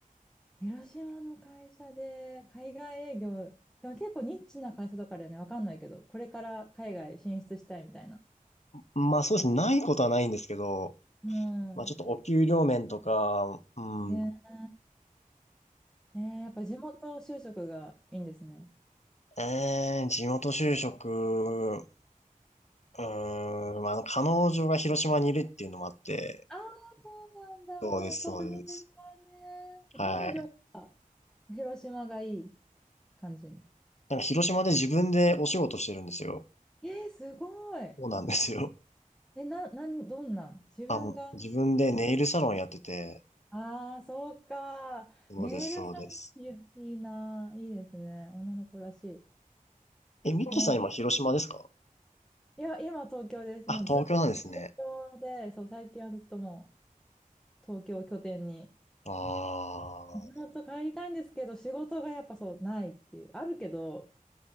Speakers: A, in the centre; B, on the left.
A: 広島の会社で、海外営業、でも結構ニッチな会社とかでね、わかんないけど、これから海外進出したいみたいな。
B: まあそうですね、ないことはないんですけど、
A: う
B: まあちょっとお給料面とか、
A: ん。
B: うん、
A: ねえ。えー、やっぱ地元就職がいいんですね。
B: えー、地元就職、うーん、まあ、あの彼女が広島にいるっていうのもあって、
A: ああ、そうなんだ。
B: そうです、
A: それは
B: そうです。
A: ね。え彼女、
B: はい。
A: 広島がいい感じ。
B: なんか広島で自分でお仕事してるんですよ。
A: えー、すごい。
B: そうなんですよ。
A: え、な、なん、どんな自分が。
B: <laughs> あ、もう自分でネイルサロンやってて。
A: ああ、そうか。
B: そうです、
A: ネイルさん、
B: そうです。
A: いやいいな。いいですね。女の子らし
B: え、ミッキーさん今広島ですか
A: い。ね。いや、今東京です。
B: あ、
A: もうずっと東京で、
B: 東京なんですね。
A: そう、最近はずっともう東京を拠点に
B: ああ。
A: 本当帰りたいんですけど、仕事がやっぱそうないっていう。あるけど、